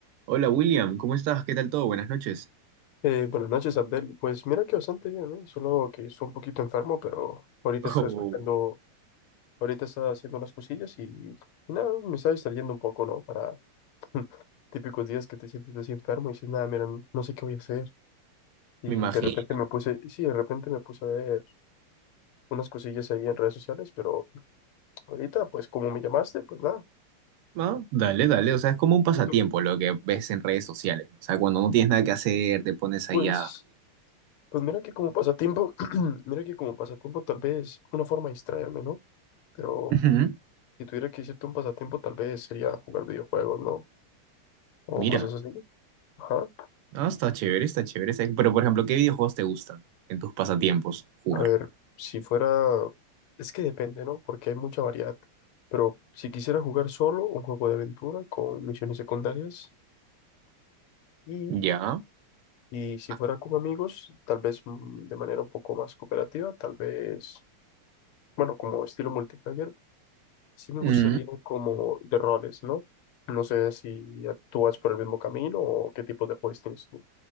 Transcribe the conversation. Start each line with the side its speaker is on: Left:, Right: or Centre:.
Right: Hola William, ¿cómo estás? ¿Qué tal todo? Buenas noches.
Left: Eh, buenas noches, Abdel. Pues mira que bastante bien, ¿eh? Solo que estoy un poquito enfermo, pero ahorita
Right: <laughs>
Left: está
Right: Oh,
Left: escuchando, ahorita está haciendo unas cosillas y nada, me está distrayendo un poco, ¿no? Para <laughs> típicos días que te sientes así enfermo y dices, nada, mira, no no sé qué voy a hacer. Y
Right: me imagino.
Left: de repente me puse, sí, de repente me puse a ver unas cosillas ahí en redes sociales, pero ahorita, pues como me llamaste, pues nada.
Right: ¿no? Dale, dale. O sea, es como un pasatiempo
Left: ¿Y tú?
Right: lo que ves en redes sociales. ¿no? O sea, cuando no tienes nada que hacer, te pones ahí
Left: Pues,
Right: a...
Left: pues mira que como pasatiempo, <clears throat> mira que como pasatiempo tal vez una forma de distraerme, ¿no? Pero...
Right: Ujú.
Left: Si tuviera que decirte un pasatiempo, tal vez sería jugar videojuegos, ¿no? O
Right: Mira,
Left: cosas así. Ajá.
Right: ah, está chévere, está chévere. está- Pero, por ejemplo, ¿qué videojuegos te gustan en tus pasatiempos jugar?
Left: A ver, si fuera... Es que depende, ¿no? Porque hay mucha variedad. Pero si quisiera jugar solo, un juego de aventura con misiones secundarias. Y,
Right: ¿Ya?
Left: y si
Right: Ah,
Left: fuera con amigos, tal vez mm, de manera un poco más cooperativa, tal vez, bueno, como estilo multiplayer, sí me
Right: mm,
Left: gustaría como de roles, ¿no? No sé si actúas por el mismo camino o qué tipos de roles tienes tú.